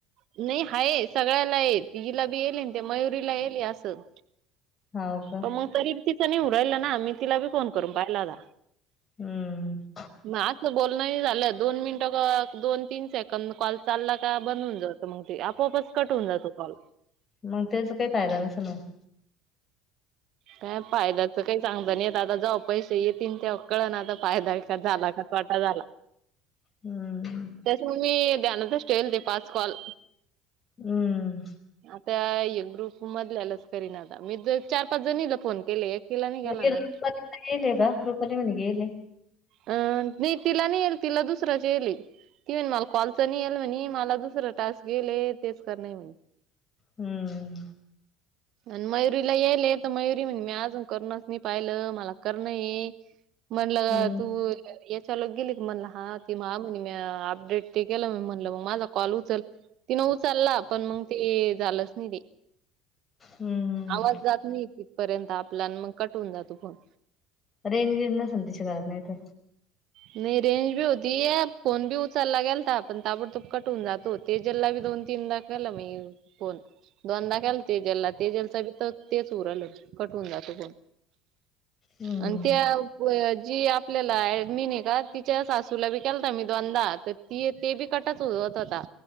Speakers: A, on the right; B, on the left.
A: नाही हाय सगळ्याला ये हिलाबी येले ना ते मयुरीलाबी येले असं,
B: हो का?
A: प मग तरी बी तिचा नाही हू राहिला ना मी तिला बी फोन करून पाहिला होता.
B: हम्म,
A: असं बोलण हे झालं, दोन मिनिटं दोन तीन सेकंड. कमी काॅल चाला का? बंद होऊन जातो मग ते आपोआप कट होऊन जातो काॅल
B: मग त्याचा काय फायदा नसेल होतं.
A: काय फाद्याचं काही सांगता नाही येत आता जेव्हा पैसे येतील तेव्हा कळन आता फायदा का झाला का तोटा झाला.
B: हम्म.
A: त्याच्यामुळे मी ध्यानातच ठेवेल ते पाच कॉल.
B: हम
A: आता ये ग्रुप मधल्यालाच करीन आता मी चार पाच जणीला फोन केले. एकीला नाही
B: <unintelligible>
A: केला ना.
B: का रुपाली म्हणी गेले.
A: अं नाही तिला नाही येल तिला दुसराच येई ले ती म्हणे मला कॉलच नाही येल म्हणे मला दुसरं टास्क येई ले तेच करन आहे म्हणे.
B: हम्म
A: आणि मयुरी ला येइले तर मयुरी म्हणे मी अजून करूनच नाही पाहिलं मला करण ये म्हणलं
B: हम्म.
A: तू याच्या लोक गेली की म्हणला हा ती मग म्हणे म अपडेट ते केलं म म्हणलं मग माझा कॉल उचल तिनं उचलला पण मग ते झालंच नाही ते
B: हम्म.
A: आवाज जात नाही तिथपर्यंत आपल्या मग कट होवून जातो फोन.
B: रेंज गिज नसन तिच्या घरात नाही तर
A: नाही रेंज बी होती फोन बी उचलला गेलता पण ताबडतोब कट होवून जातोच तेजल ला बी दोन तीन दा केला मी फोन. दोनदा केला तेजलला तेजेलचा बी तर तेच होऊन राहील कटून जातो फोन
B: हम्म.
A: आणि त्या जी आपल्याला एडमिन आहे का तिच्या सासूला बी केलता मी दोनदा तर ती ते बी कटतच होत होता